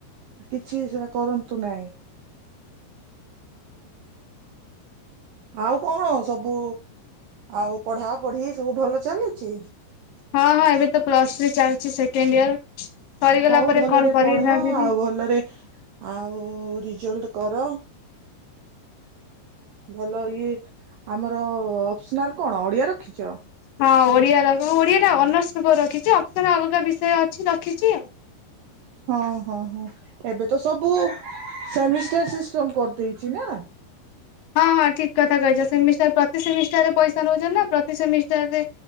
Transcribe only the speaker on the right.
କିଛି ସେଟା କରନ୍ତୁ ନାହିଁ। ଆଉ କଣ ସବୁ ଆଉ ପଢା ପଢି ସବୁ ଭଲ ଚାଲିଛି।
ହଉ
ଭଲରେ
ପଢ
ଆଉ ଭଲରେ ଆଉ ଜଲ୍ଟ କର। ଭଲ ଇଏ ଆମର ଅପ୍ସନାଲ କଣ ଓଡିଆ ରଖିଛ?
ହଁ ହଁ ହଁ ଏବେ ତ ସବୁ ସେମିଷ୍ଟାର ସିଷ୍ଟମ କରିଦେଇଛି ନା।